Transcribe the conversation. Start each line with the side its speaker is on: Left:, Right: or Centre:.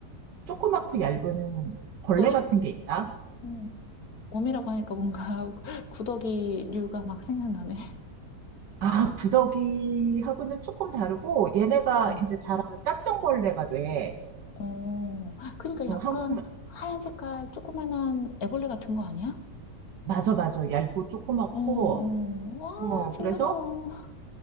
Right: 조그맣고 얇은 벌레
Left: 구더기?
Right: 같은 게 있다.
Left: 음, 웜이라고 하니까 뭔가 <laughs> 구더기류가 막 생각나네. <laughs>
Right: 아, 구더기하고는 조금 다르고, 얘네가
Left: 응.
Right: 이제 자라면 딱정벌레가 돼.
Left: 어, 그러니까
Right: 어,
Left: 약간
Right: 한국,
Left: 하얀 색깔 조그만한 애벌레 같은 거 아니야?
Right: 맞아, 맞아. 얇고 조그맣고,
Left: 어, 어, 와,
Right: 어,
Left: 징그러워.
Right: 그래서